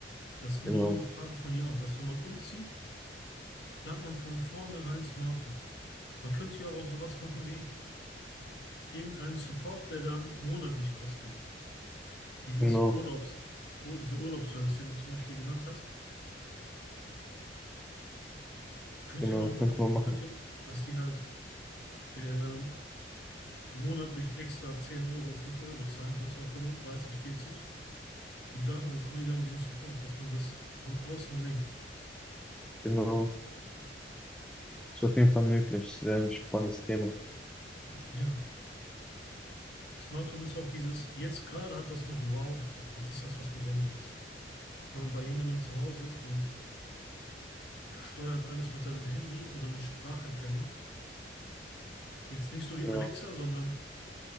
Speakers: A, on the left; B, in the centre.
A: Das ist nur
B: genau,
A: eine Frage von Jahren, dass wenn man umzieht, plant man von vornherein Smart Home. Man könnte ja auch sowas machen wie irgendeinen Support, der dann monatlich kostet. Dieses
B: genau,
A: Urlaubs, Ur- dieser Urlaubsservice, den du zum Beispiel genannt hast, könnte
B: genau,
A: ja mal
B: das
A: machen.
B: könnte man
A: Man
B: machen.
A: könnte ja machen, dass die halt der monatlich extra 10 Euro, 5 Euro zahlen, was auch immer, dreißig, vierzig Und dafür bekommen die dann diesen Support, dass man das von außen lenkt.
B: Genau, ist auf jeden Fall möglich. Sehr spannendes Thema.
A: Ja. Smart Home ist auch dieses, jetzt gerade hat das noch Wow-Effekt. Jetzt ist das was Besonderes. Wenn man bei jemandem zu Hause ist und er steuert alles mit seinem Handy oder mit Spracherkennung, jetzt nicht so wie
B: Ja,
A: Alexa, sondern